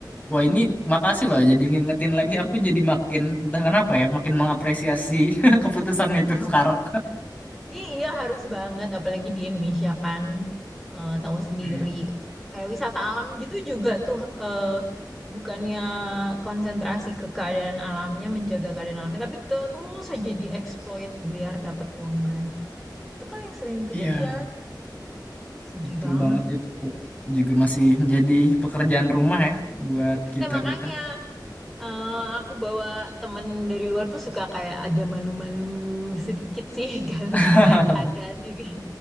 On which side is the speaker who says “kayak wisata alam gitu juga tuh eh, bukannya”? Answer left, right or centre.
Centre